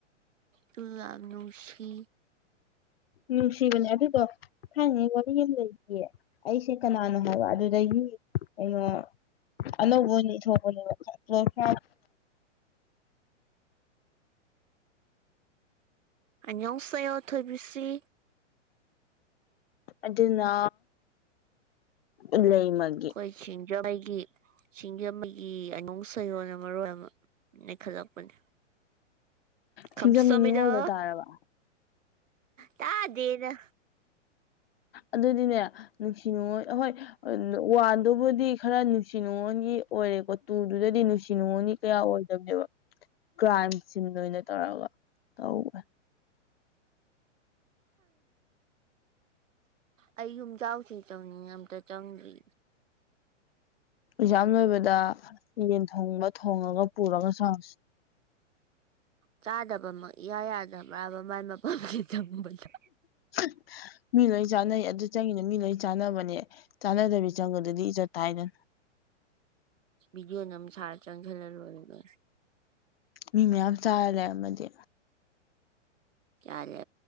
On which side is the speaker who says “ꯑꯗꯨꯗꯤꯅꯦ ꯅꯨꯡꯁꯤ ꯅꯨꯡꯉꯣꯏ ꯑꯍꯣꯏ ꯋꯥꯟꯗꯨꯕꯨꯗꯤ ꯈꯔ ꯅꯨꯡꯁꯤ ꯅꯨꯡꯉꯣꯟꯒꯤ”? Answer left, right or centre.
Left